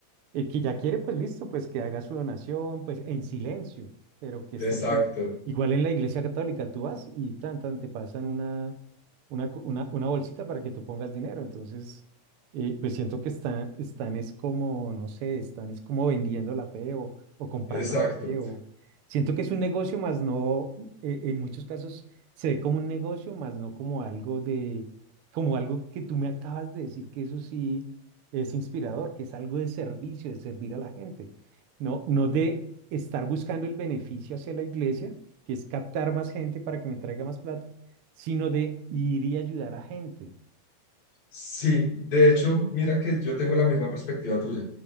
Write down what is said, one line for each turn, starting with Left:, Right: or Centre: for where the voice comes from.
Right: El que ya quiere, pues listo, pues que haga su donación, pues en silencio, pero que estén...
Left: Exacto,
Right: pi- Igual en la iglesia católica tú vas y tan, tan te pasan una, una, co- una, una bolsita para que tú pongas dinero. Entonces, eh, pues siento que están, están es como, no sé, están es como vendiendo la fe o, o comprando
Left: exacto.
Right: la fe o... Siento que es un negocio, más no, eh, en muchos casos se ve como un negocio, más no como algo de, como algo que tú me acabas de decir que eso sí es inspirador, que es algo de servicio, de servir a la gente, no, no de estar buscando el beneficio hacia la iglesia, que es captar más gente para que me traiga más plata, sino de ir y ayudar a gente.
Left: Sí, de hecho, mira que yo tengo la misma perspectiva tuya.